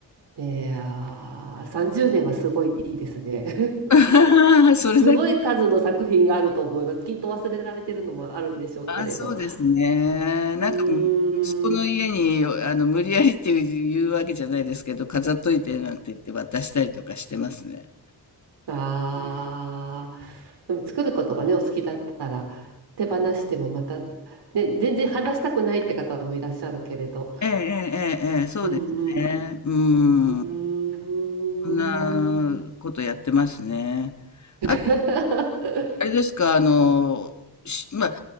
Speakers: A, on the right; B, on the left.
A: いやー、30年はすごいいいですね。
B: <laughs>
A: <laughs>
B: それだけ
A: すごい数の作品があると思います。きっと忘れられてるのもあるんでしょうけれど。
B: あ、そうですね。なんか、
A: うーん。
B: 息子の家に、あの、無理やりっていう言うわけじゃないですけど、飾っといてなんて言って渡したりとかしてますね。
A: ああ。でも作ることがね、お好きだったら、手放してもまた、ね、全然話したくないって方もいらっしゃるけれど。
B: ええ、ええ、ええ、そうですね。
A: うん
B: う
A: うん。
B: ん。
A: う
B: そんなことやってますね。
A: ーん。<laughs>
B: あと、あれですか、あの、しまあ、